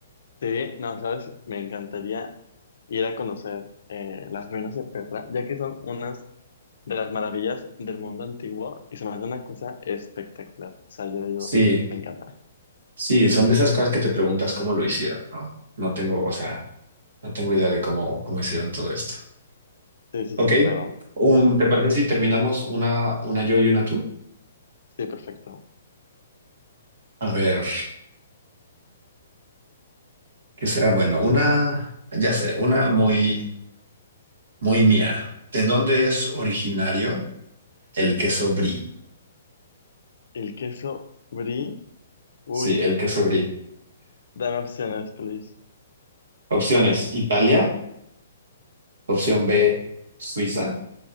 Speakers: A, on the left; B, on the right.
A: Sí, no, sabes, me encantaría ir a conocer eh, las ruinas de Petra, ya que son unas de las maravillas del mundo antiguo y se me hace una cosa espectacular. O sea, yo digo,
B: Sí,
A: me encanta.
B: sí, son de esas cosas que te preguntas cómo lo hicieron, ¿no? No tengo, o sea, no tengo idea de cómo, cómo hicieron todo esto.
A: Sí, sí,
B: Ok,
A: sí, claro.
B: un ¿te parece si terminamos una, una yo y una tú?
A: Sí, perfecto.
B: A ver. ¿Qué será? Bueno, una, ya sé, una muy, muy mía. ¿De dónde es originario el queso brie?
A: El queso brie, uy,
B: Sí, el queso brie.
A: dame opciones, please.
B: Opciones, Italia. Opción B, Suiza.